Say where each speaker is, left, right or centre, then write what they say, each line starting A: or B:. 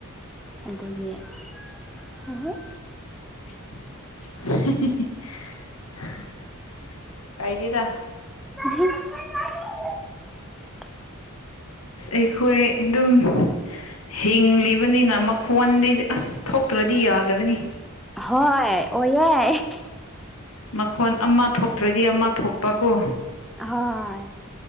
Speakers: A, in the centre; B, on the left.
A: ꯑꯗꯨꯗꯒꯤ ꯍ ꯍꯣꯏ
B: <inaudible> ꯀꯥꯏꯗꯦꯗ
A: ꯎꯝ <inaudible>
B: ꯑꯩꯈꯣꯏ ꯑꯗꯨꯝ ꯍꯤꯡꯂꯤꯕꯅꯤꯅ ꯃꯈꯣꯟꯗꯤꯗꯤ ꯑꯁ ꯊꯣꯛꯇ꯭ꯔꯗꯤ ꯌꯥꯗꯕꯅꯤ
A: ꯍꯣꯏ ꯑꯣꯏꯌꯦ
B: ꯃꯈꯣꯟ ꯑꯃ ꯊꯣꯛꯇ꯭ꯔꯗꯤ ꯑꯃ ꯊꯣꯛꯄ ꯀꯣ
A: ꯑꯍꯣꯏ